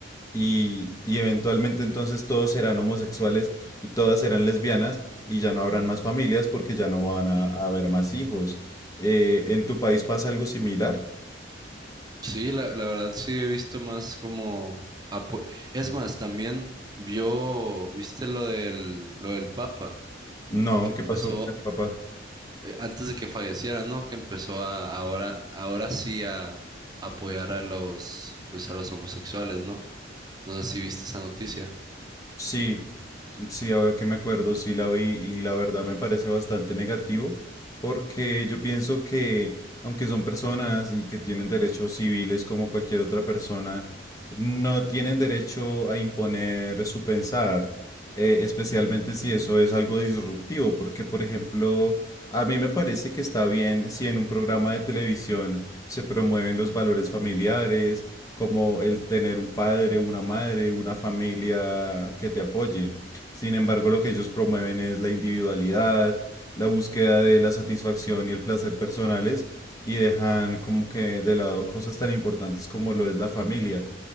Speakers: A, on the left; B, on the right.
A: Y, y eventualmente entonces todos serán homosexuales y todas serán lesbianas y ya no habrán más familias porque ya no van a,
B: Ujú.
A: a haber más hijos. Eh, ¿en tu país pasa algo similar?
B: sí, la, la verdad sí he visto más como apo- Es más, también vio, viste lo del, lo del Papa,
A: No,
B: que empezó,
A: ¿qué pasó con el papá?
B: eh, antes de que falleciera, ¿no? Que empezó a, ahora, ahora sí a apoyar a los, pues a los homosexuales, ¿no? No sé si viste esa noticia.
A: Sí, Sí, ahora que me acuerdo, sí la vi y la verdad me parece bastante negativo porque yo pienso que aunque son personas y que tienen derechos civiles como cualquier otra persona, no tienen derecho a imponer su pensar, eh, especialmente si eso es algo disruptivo, porque por ejemplo, a mí me parece que está bien si en un programa de televisión se promueven los valores familiares, como el tener un padre, una madre, una familia que te apoye. Sin embargo, lo que ellos promueven es la individualidad, la búsqueda de la satisfacción y el placer personales y dejan como que de lado cosas tan importantes como lo es la familia.